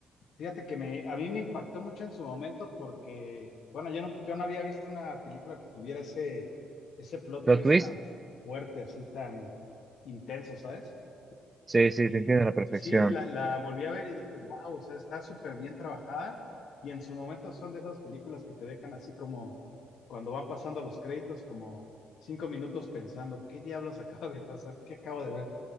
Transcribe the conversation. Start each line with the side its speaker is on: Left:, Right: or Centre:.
Left: Fíjate que me, a mí me impactó mucho en su momento porque, bueno, yo no, yo no había visto una película que tuviera ese, ese plot
Right: ¿Plot
Left: twist
Right: twist?
Left: tan fuerte, así tan intenso, ¿sabes?
Right: Sí, sí,
Left: Y,
Right: te entiendo a la perfección.
Left: y sí, la, la volví a ver y dije, wow, o sea, está súper bien trabajada y en su momento son de esas películas que te dejan así como cuando van pasando los créditos, como cinco minutos pensando, ¿qué diablos <laughs> acaba de pasar? ¿Qué acabo de ver?